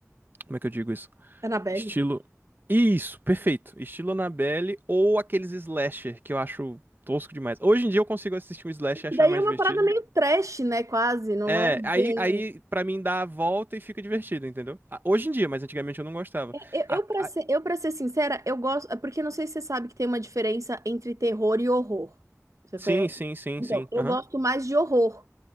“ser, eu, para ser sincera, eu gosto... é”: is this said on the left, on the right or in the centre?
Right